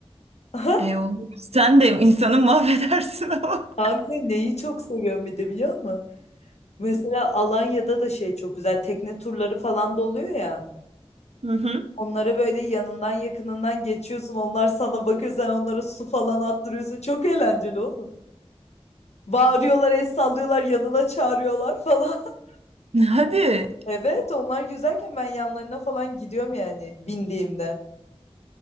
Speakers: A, on the left; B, on the right.
A: <laughs>
B: E olur. Sen de insanı mahvedersin ama.
A: Kanka neyi çok seviyorum bir de biliyor musun? Mesela Alanya'da da şey çok güzel. Tekne turları falan da oluyor ya.
B: Hı hı.
A: Onlara böyle yanından yakınından geçiyorsun. Onlar sana bakıyor. Sen onlara su falan attırıyorsun. Çok eğlenceli oğlum. Bağırıyorlar, el sallıyorlar, yanına çağırıyorlar falan. <laughs>
B: <laughs> Hadi.
A: Evet, onlar güzelken ben yanlarına falan gidiyorum yani bindiğimde.